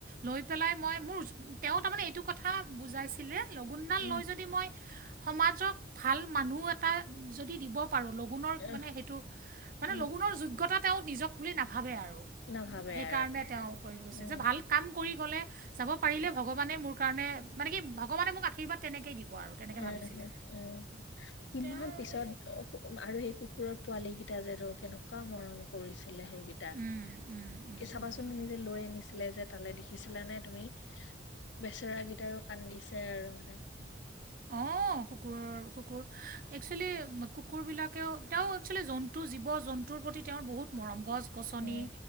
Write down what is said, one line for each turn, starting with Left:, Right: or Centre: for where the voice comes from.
Right: লৈ পেলাই মই মোৰ তেওঁ তাৰমানে এইটো কথা বুজাইছিলে লগুণডাল
Left: উম
Right: লৈ যদি মই সমাজক ভাল মানুহ এটা য দ পাৰো
Left: আহ
Right: মানে সেইটো মানে
Left: উম
Right: লগুণ যোগ্যতা তেওঁ নিজক বুলি নাভাবে আৰু
Left: নাভাবে
Right: সেইকাৰণে
Left: আৰু মানে
Right: তেওঁ কৈ গৈছে
Left: উম
Right: যে ভাল কাম কৰি গ'লে, যাব পাৰিলে
Left: উম
Right: ভগৱানে মোৰ কাৰণে মানে কি ভগৱানে মোক আশীৰ্বাদ তেনেকে দিব। আৰু তেনেকৈ
Left: উম,
Right: ভাবিছিলে
Left: উম, উম ই
Right: তেওঁৰ
Left: মান পিছত আৰু সেই কুকুৰৰ পোৱালীকেইটা যিহেতু কেনেকুৱা মৰম কৰিছিলে সেইকেইটা।
Right: উম, উম, উম,
Left: কি চাবাচোন
Right: উম।
Left: তুমি যে লৈ আনিছিলে যে তালে। দেখিছিলা নে তুমি বেচৰাগিটাৰ? কান্দিছে আৰু মানে
Right: অ', কুকুৰৰ-কুকুৰ একচুৱেলি কুকুৰবিলাক তেওঁ একচুৱেলি জন্তু, জীৱ-জন্তুৰ প্ৰতি তেওঁৰ বহুত মৰম গছ-গছনি,
Left: উম